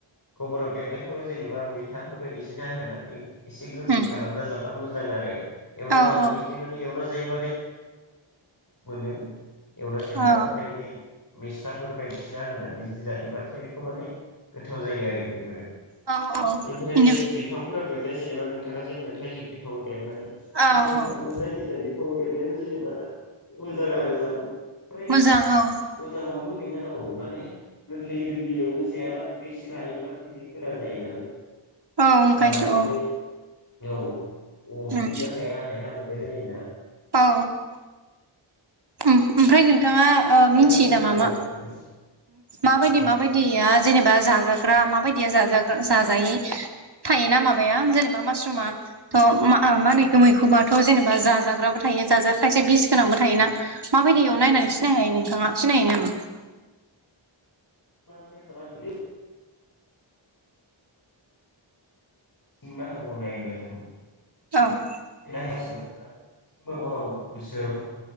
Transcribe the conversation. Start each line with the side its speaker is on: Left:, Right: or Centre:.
Left: गबराव बेरनायखौ जेनेबा मैथाफोर बायदिसिना होनानै एसे गोखै
Right: उम
Left: खालामना जाबा मोजां आरो एवना
Right: औ
Left: जानायनिख्रुइ
Right: औ
Left: माने एवना जायो। <unintelligible> मोनो एवना जायोबा
Right: औ
Left: ओमफ्राय बे थाफोर बायदिना होननानै बिदि जायोब्लाथाय बेखौ माने गोथाव जायो आरो बेबो
Right: औ औ
Left: बेनिफ्राय
Right: इनि
Left: बे बिफांफोराव बेरनाय जेनेबा नोंथाङा जेनेबा थाइजौ बिफाङाव बेरनाय
Right: औ
Left: थायजौ
Right: औ
Left: खान्थाल जायखिजाया बि फाङाव बेरनायानो जेनेबा मोजां आरो जानो ओमफ्राय
Right: मोजां औ
Left: मोजांबाबो फेनना औ माने गोरलै गोरलैयावनो जायाबा एसे रायोबाथाय बेयो गोरा जायो नालाय
Right: औ ओंखायथ'
Left: जाबा माने
Right: औ
Left: औ औ अरग्लिनो
Right: उम
Left: हाया हाया मोनलाय लायो ना
Right: औ ओम ओमफाय नों थाङा ओ
Left: दा
Right: मिथियो
Left: बेबायदि
Right: नामा मा
Left: औ नोंथां
Right: माबायदि
Left: मामोन
Right: माबायदिया जेनेबा जाजाग्रा मा बायदिया जाजाग्रा जाजायि थायोना माबाया जेनेबा मासरुमा थ' मा होनो इखौ मैखोमाथ' जेनेबा जाजाग्राबो थायो। थायो जाजा खायसे बिस गोनांबो थायोना मा बायदियाव नायनानै सिनाय हायो नोंथाङा सिना हायो नामा
Left: <inaudible> सिं बाहागोआव नायोबा जों
Right: औ
Left: <unintelligible> सिं बागोआव गोसोम